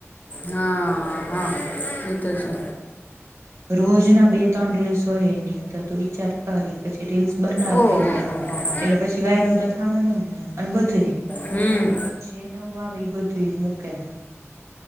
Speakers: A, on the left; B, on the right.
A: હા હા એતો છે.
B: રોજ ના બે ત્રણ રીલ્સ હોય નહી તો તું વિચાર કરી પછી રીલ્સ બનાવે
A: ઓહો
B: એટલી
A: હો હો હો
B: એટલે પછી વાયરલ તો થવાનું જ ને અને બધું
A: હમ
B: જે નવું આવે એ બધું મૂકે.